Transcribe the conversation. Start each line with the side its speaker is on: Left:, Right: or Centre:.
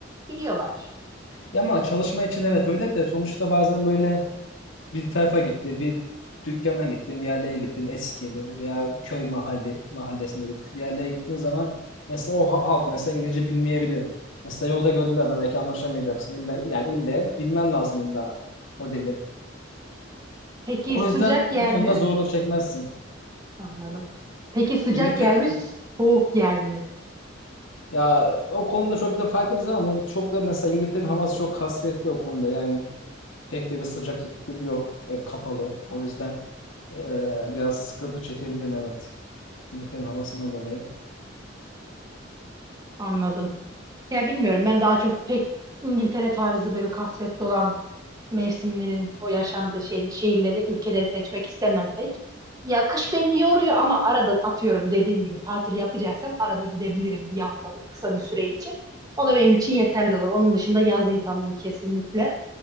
Right: biliyorlar.
Left: ya ama çalışma için evet öyle de sonuçta bazen böyle bir tarafa gitti, bir dükkana gittin, bir yerlere gittin eski böyle veya köy mahalli mahallesine böyle bir yerlere gittiğin zaman mesela o ha- halk mesela İngilizce bilmeyebilir. Mesela yolda gördüğün bir adam belki anlaşamayacaksın. İlla, yani ille bilmen lazım illa o dili.
Right: Peki
Left: O
Right: sıcak
Left: yüzden
Right: yer
Left: bu konuda
Right: mi?
Left: zorluk çekmezsin.
Right: Anladım. Peki sıcak
Left: İngiltere
Right: yer mi, soğuk yer mi?
Left: ya o konuda çok da farklı bir zaman ama çok da mesela İngiltere'nin havası çok kasvetli o konuda yani. Pek de bir sıcak iklim yok. Hep kapalı. O yüzden eee, biraz sıkıntı çekebilirim evet. İngiltere'nin havasından dolayı.
Right: Anladım. Ya bilmiyorum ben daha çok pek İngiltere tarzı böyle kasvetli olan mevsimlerin o yaşandığı şey, şehirleri, ülkeleri seçmek istemem pek. Ya kış beni yoruyor ama arada atıyorum dediğim gibi tatil yapacaksam arada gidebilirim bir haftalık kısa bir süre için. O da benim için yeterli olur. Onun dışında yaz insanıyım kesinlikle.